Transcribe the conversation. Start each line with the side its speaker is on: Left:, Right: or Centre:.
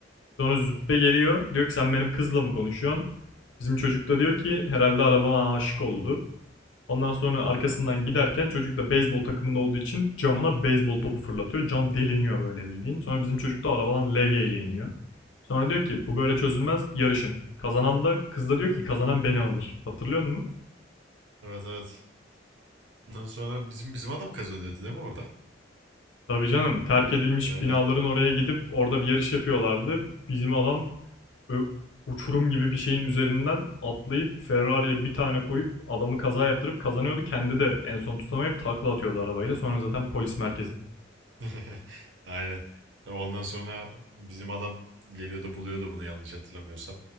Left: Sonra Züppe geliyor. Diyor ki sen benim kızla mı konuşuyorsun? Bizim çocuk da diyor ki herhalde arabama aşık oldu. Ondan sonra arkasından giderken çocuk da beyzbol takımında olduğu için camına beyzbol topu fırlatıyor. Cam deliniyor böyle bildiğin. Sonra bizim çocuk da arabadan levyeyle iniyor. Sonra diyor ki bu böyle çözülmez yarışın. Kazanan da kız da diyor ki kazanan beni alır. Hatırlıyor musun?
Right: Evet evet. Ondan sonra bizim bizim adam kazanıyordu değil mi orada?
Left: Tabii canım terk edilmiş
Right: Aynen.
Left: binaların oraya gidip orada bir yarış yapıyorlardı. Bizim adam ö- uçurum gibi bir şeyin üzerinden atlayıp Ferrari'ye bir tane koyup adamı kaza yaptırıp kazanıyordu. Kendi de en son tutamayıp takla atıyordu arabayla. Sonra zaten polis merkezi.
Right: <laughs> Aynen. Tabii ondan sonra bizim adam geliyordu buluyordu bunu yanlış hatırlamıyorsam.